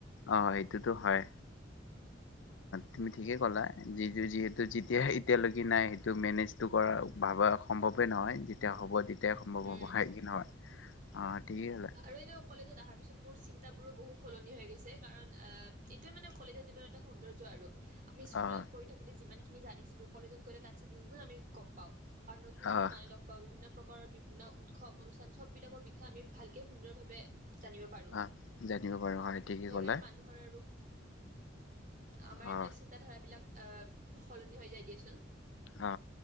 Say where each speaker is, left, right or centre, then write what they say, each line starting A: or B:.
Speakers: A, on the left; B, on the right.
A: অ', এইটোতো হয়।
B: <inaudible>
A: তুমি ঠিকেই ক'লা যি যিহেতু যেতিয়া এতিয়ালৈকে নাই সেইটো মেনেজ <inaudible> কৰা ভাবা সম্ভৱে নহয়, যেতিয়া হ'ব তে এতিয়া সম্ভৱ
B: উম
A: হ'ব, হয় কি নহয়, আহ, ঠিকেই ক
B: আৰু এনেও কলেজত অহাৰ পিছত মোৰ চিন্তাবোৰো বহুত সলনি হৈ গৈছে কাৰণ এইটোৱে মানে কলেজৰ জীৱন এটা সৌন্দৰ্য আৰু। আমি স্কুলত
A: অ'
B: পঢি থাকোতে, যিমান খিনি জানিছিলো, কলেজত গ'লে তাত দুই গুণ আমি গম পাওঁ। আৰু নতুন, নতুন
A: অ'
B: মানুহ লগ পাওঁ, বিভিন্ন প্ৰকাৰৰ বিভিন্ন উৎসৱ অনুষ্ঠান চব বিলাকৰ, বিষয়ে আমি ভালকে সুন্দৰভাৱে জানিব পাৰো,
A: অ' জানিব পাৰো হয় ঠিকেই
B: সেইকাৰণে
A: ক'লা
B: মানুহ আমাৰ এইবিলাক
A: অ'
B: ধাৰাবলাক আহ, সলনি হৈ যায় দিয়াচোন।
A: অ,